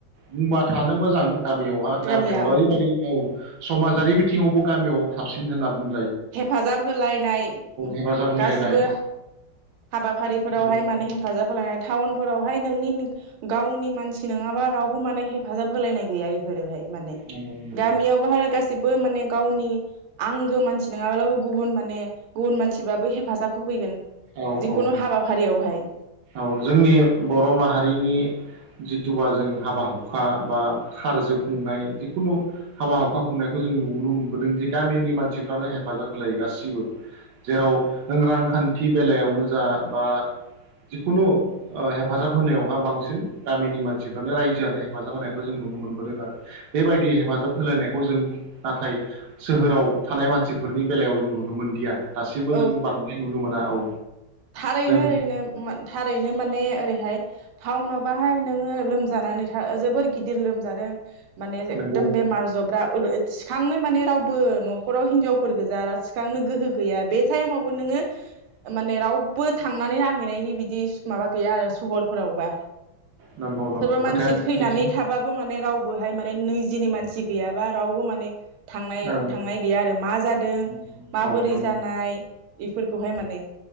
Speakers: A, on the right (about 60°); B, on the right (about 80°).
A: बुंबा थानो मोजां गामियावहा गामियाव
B: गामिया
A: ओरैबायदि
B: औ
A: औ समाजारि बिथिङावबो गामियाव साबसिन होनना बुं
B: हेफाजाब होलायनाय
A: हेफाजाब होलायनाय
B: गासिबो हाबाफारिफोरावहाय
A: नंगौ
B: माने
A: नंगौ
B: हेफाजाब होलायनाय टाउनफोरावहाय नोंनि गावनि मानसि नङाबा रावबो माने हेफाजाब होलायनाय गैया बेफोरोहाय माने
A: नंगौ नंगौ
B: गामियावबा गासिबो माने गावनि आंगो मानसि नङाब्लाबो गुबुन माने गुबुन मानसिबाबो हेफाजाब होफैगोन
A: औ
B: जिखुनु
A: औ
B: हाबाफारियावहाय
A: औ जोंनि बर' माहारिनि जिथुबा जों हाबा हुखा बा खारज खुंनाय जिखुनु हाबा हुखा खुंनायखौ जों नुबोननो मोनबोदों जे गामिनि मानसिफ्रानो हेफाजाब होलायो गासिबो जेराव रांखान्थि बेलायावनो जा बा जिखुनु ओ हेफाजाब होनायावहा बांसिन गामिनि मानसिफ्रानो रायजोआनो हेफाजाब होनायखौ जों नुनो मोनबोदों आरो बेबायदि हेफाजाब होलायनायखौ जों नाथाय सोहोराव थानाय मानसिफोरनि बेलायाव जों नुनो मोनदिया दासिमबो
B: औ
A: जों बांद्राय नुनो मोना औ
B: थारैनो
A: जों
B: ओरैनो। थारैनो माने ओरैहाय टाउनाव बाहाय नोङो लोमजानानै था जोबोर गिदिर लोमजादों। माने
A: नंगौ
B: एकदम बेमार जब्रा ओ थांनो माने रावबो न'खराव हिनजावफोर गोजा थिखांनो गोहो गैया बे टाइमावबो नोङो माने राव बो थांनानै नायहैनायनि बिदि माबा गैया आरो सहरफोरावबा।
A: नंगौ नंगौ
B: सोरबा
A: खोथाया
B: मानसि थैनानै
A: सैथो
B: थाबाबो माने रावबोहाय माने निजिनि मानसि गैयाबा रावबो माने थांनाय
A: औ
B: थांनाय गैया आरो मा जादों
A: औ
B: माबोरै
A: नंगौ
B: जानाय बेफोरखौहाय माने।